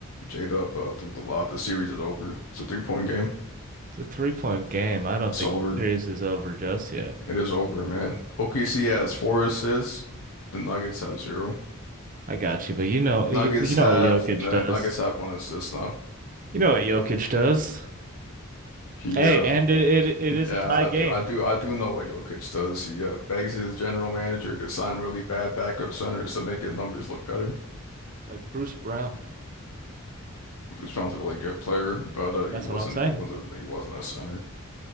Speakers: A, on the left; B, on the right.
A: J Dub uh, threw the lob. The series is over. It's a three point game.
B: it's a three-point game. I don't
A: It's
B: think
A: over.
B: series is over just yet.
A: It is over, man. OKC has four assists. The Nuggets have zero.
B: I got you, but you know, you,
A: Nuggets
B: you know
A: have
B: what Jokic
A: the
B: does.
A: Nuggets have one assist now.
B: You know what Jokic does.
A: He
B: Hey,
A: uh
B: and it, it it is
A: Yeah,
B: a tie game.
A: I do. I do. I do know what Jokic does. He uh, begs his general manager to sign really bad backup centers to make his numbers look better.
B: Like Bruce Brown.
A: Bruce Brown's a really good player, but uh,
B: That's
A: he wasn't.
B: what I'm saying.
A: He wasn't. He wasn't a center.